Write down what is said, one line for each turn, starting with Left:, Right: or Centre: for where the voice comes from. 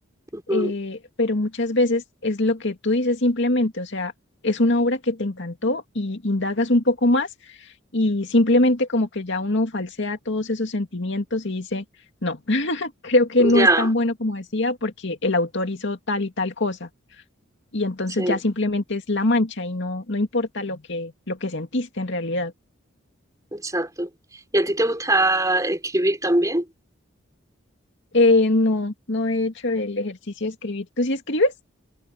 Right: Ujú.
Left: eh, pero muchas veces es lo que tú dices simplemente, o sea, es una obra que te encantó y indagas un poco más y simplemente como que ya uno falsea todos esos sentimientos y dice, no, <laughs> creo que no
Right: Ya,
Left: es tan bueno como decía porque el autor hizo tal y tal cosa. Y entonces
Right: sí,
Left: ya simplemente es la mancha y no, no importa lo que, lo que sentiste en realidad.
Right: exacto. ¿Y a ti te gusta escribir también?
Left: Eh, no, no he hecho el ejercicio de escribir. ¿Tú sí escribes?